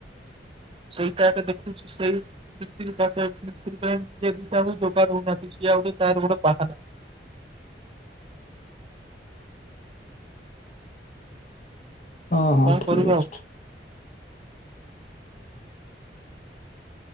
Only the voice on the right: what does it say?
ସେଇଟା ଏବେ ଦେଖୁଛି ସେଇ ମିସ୍ତ୍ରୀ ପା ମିସ୍ତ୍ରୀ ପାଇଁ ଜଦି ଦଦା ରହୁନାହାନ୍ତି ସେ ଆଉ ଗୋଟେ ତାର ଗୋଟେ ବାହାନା।
କଣ
କରିବ
ଆଉ